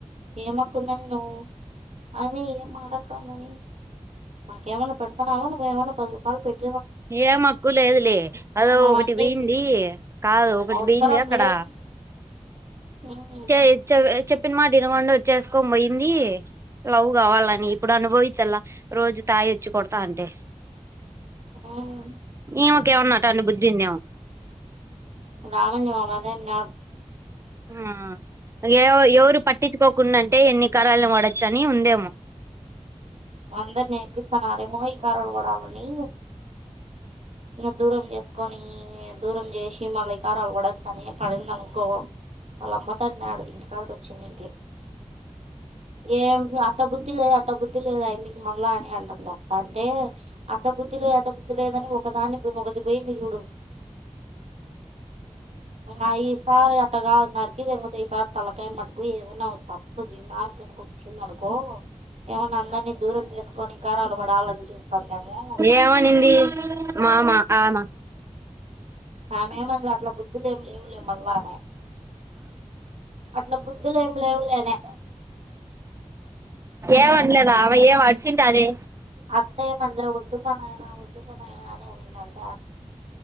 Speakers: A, on the right; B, on the right.
A: ఏం హక్కుందని నువ్వు అని ఏం మాట్డుతుదని నాకేమన్నా పెడతున్నావా నువ్వు ఏవనా పది రపాలు పెట్
B: ఏ మక్కు లేదులే అదో
A: మమ్మల్ని
B: ఒకటి
A: అన్నికి
B: బీయ్యంది కాదు ఒకటి
A: అవసరం
B: బీయ్యంది అక్కడ
A: లేదు ఉమ్
B: చె చె చెప్ చెప్పిన మాట వినకుండా చేసుకొని పోయింది. లవ్ కావాలని ఇప్పుడు అనుభవించాల రోజు తాగొచ్చి కొడతా ఉంటే
A: ఉమ్
B: ఈమెకేమన్న అట్టంటి బుద్ధిందేమో
A: రామాంజీ మామ <inaudible>
B: ఆ ఎవ ఎవరు పట్టించుకోకున్నట్టే ఎన్ని కరలుని వాడ శని ఉందేమో
A: అందరు నేర్పిచ్చన్నారేమో ఇకారాలు పడాలని ఇంకా దూరం చేసుకొని, దూరం చేసి మళ్ళీ ఇకారాలు పడచ్చని పడింది అనుకో, వాళ్ళ అమ్మ తగినడు ఇంటికాడికి వచ్చిందింటి ఏం లా ట్ట బుద్ధి లేదు, అట్ట బుద్ధి లేదు ఆయ్మ్మికి మళ్ళ అని అంటాం తప్ప అంటే అట్ట బుద్ధి లేదు, అట్ట బుద్ధి లేదనీ ఒకతి పోయింది ఇప్పుడు ఆయి కాదు అట్టా కాదు నాకి <unintelligible> ఈసారి తలకాయ మట్టుకు ఏదైనా తప్పుంది రిమార్క్ గాని వచ్చింద అనుకో ఏమైనా అందరినీ దూరం చేసుకొని ఇకారాలు పడాలని చూత్తాందేమో
B: ఏమనింది మామ ఆనా
A: ఆమే మాకు అట్ల బుద్ధులు ఏం లేవులే, మల్వానే అట్ల బుద్ధులు ఏమి లేవులే అనే
B: ఏమనలేదా ఆమె ఏం అరిచింటాది
A: అత్త ఏమన్లే వద్దుపా నాయన, వద్దుపా నాయనా అని అనిందంట్